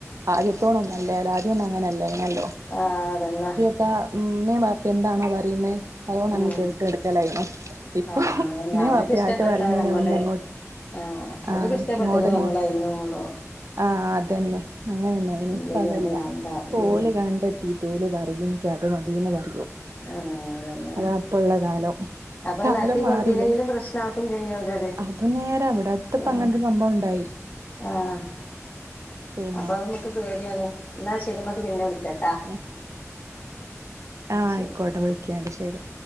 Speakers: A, on the right; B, on the left.
A: ആദ്യത്തോണ ഒന്നല്ലാലൊ. ആദ്യം ഒന്നും അങ്ങനെല്ലായ്ന്നല്ലോ
B: ആഹ്. അതന്നെ
A: ത്ത. ഉമ്മേം വാപ്പേം എന്താണോ പറിയുന്നേ അതോണ്ടഅങ്ങ്
B: ഉം
A: കേട്ട് കട്ക്കലായീന്നു. ഇപ്പൊ
B: ആഹ് അതന്നെ
A: മ്മീം
B: അവർക്ക്
A: വാപ്പിആയിട്ട്
B: ഇഷ്ടപ്പെട്ടാ
A: പറീന്നയ്ന്
B: നമ്മള്
A: മുന്നെ അങ്ങോട്ട്
B: ആഹ് അവര്ക്ക്
A: ആഹ്
B: ഇഷ്ടപ്പെട്ട്ക്ക്ണ്
A: ഇങ്ങോട്ട് ഇങ്ങോ
B: നമ്മളയിന് മൂളും
A: ആഹ്. അതന്നെ. അങ്ങനെന്നെ ആയീന്ന്.
B: ഇല്ലെങ്കി
A: ഇപ്പ അതല്ല.
B: അത് വാണ്ട
A: പ്പൊ
B: ഉം
A: ഓല് കണ്ടെ തീറ്റോല് പറയും ഇക്ക് അത് മതീന്ന് പറയും.
B: ആഹ്. അതല്ലേ
A: അതാ ഇപ്പള്ള കാലം
B: അപ്പത്
A: കാലം
B: നട്ത്തി കൊത്തീലെങ്കിലും
A: മാറില്ലേ
B: പ്രശ്നാക്കും ചെയ്യു ഓരത്.
A: അത് നേരാ ഇവിടെ അടുത്ത്പ്പ
B: ആഹ്
A: അങ്ങനൊരു സംഭവം ഉണ്ടായി
B: ആഹ്
A: ഉം
B: അപ്പൊ അതും മ്മക്ക് പേടിയാണ്. ന്നാ ശരി മ്മക്ക് പിന്നെ വിളിക്കാ ട്ടാ
A: ഏഹ് ആഹ് അയിക്കോട്ടെ.
B: ശരി
A: പിന്നെ വിളിക്കെണ്ട് ശെരി.